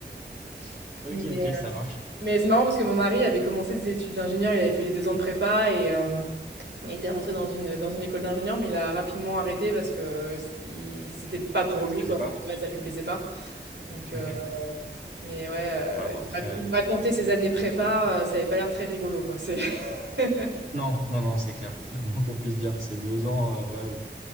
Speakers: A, on the right; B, on the right.
A: <laughs>
B: ok,
A: Mais,
B: ok,
A: euh,
B: ça marche.
A: mais c'est marrant parce que mon mari avait commencé des études d'ingénieur, il avait fait les deux ans de prépa et euh, il était rentré dans une, dans une école d'ingénieur, mais il a rapidement arrêté parce que il- c'était pas pour
B: Ça lui
A: lui,
B: plaisait
A: quoi.
B: pas?
A: C'est- ouais, ça lui plaisait pas. Donc,
B: Ok.
A: euh,
B: Ouais,
A: mais ouais,
B: bon,
A: euh, il
B: après.
A: me rac-
B: euh,
A: il me racontait ses années prépa, euh, ça avait pas l'air très rigolo, quoi. C'est... <laughs>
B: Non, non, non, c'est clair. C'est le moins <laughs> qu'on puisse dire. C'est deux ans, euh, ouais,